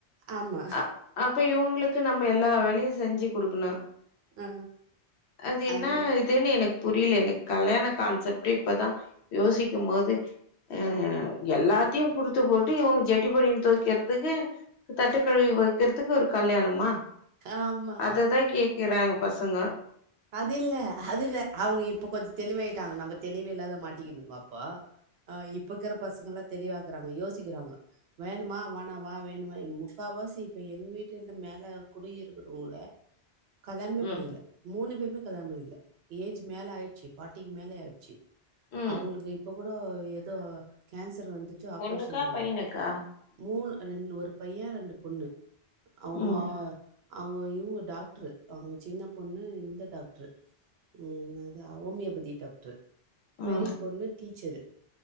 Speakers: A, on the right; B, on the left.
A: ஆமா
B: அ அப்ப இவுங்ளுக்கு நம்ப எல்லா வேலையு செஞ்சு குடுக்குணு
A: ஆ
B: அது என்னா
A: ஐ
B: இதுன்னு எனக் புரியில எனக் கல்யாண கான்செப்ட்டே இப்பதா யோசிக்கும் போது அ எல்லாத்தையு குடுத்து போட்டு இவுங்க ஜட்டி பனியன் தொவக்கிறதுக்கு தட்டுக்கழுவி வக்கறதுக்கு ஒரு கல்யாணமா
A: ஆமா
B: அததா கேக்குறாங்க ப சங்க
A: அதில்ல அது வே அவுங்க இப்ப கொஞ்ச தெளிவாயிட்டாங்க நம்ப தெளிவில்லாத மாட்டிக்கிணுங்க அப்போ அ இப்பக்கிற பசங்க எல்லா தெளிவாக்குறாங்க யோசிக்கிறாங்க வேணுமா வாணாவா வேணுவா முக்காவாசி இப்ப எங்வீட்டுலந்த மேல குடி இருக்குறவுங்ளே கல்யாண்மே பண்ணிக்கில
B: ம்
A: மூணு பேருமே கல்யாணம் பண்ணிக்கில ஏஜ் மேல ஆயிட்ச்சி ஃபாட்டிக்கி மேலயே ஆயிட்ச்சி
B: ம்
A: அவுங்களுக்கு இப்ப கூடோ எதோ கேன்சர் வந்து வந்துட்டு ஆப்ரேஷன்
B: பொண்ணுக்கா
A: பண்ணாங்
B: பையனுக்கா
A: மூண் ரெண் ஒரு பைய ரெண்டு பொண்ணு அவுங்கோ
B: ம்
A: அவுங்கோ இவ்ங்கோ டாக்ட்ரு அவுங்க சின்னப் பொண்ணு இந்த டாக்ட்ரு ம் அது ஹோமியோபதி டாக்ட்ரு
B: ம்
A: பெரிப் பொண்ணு டீச்சரு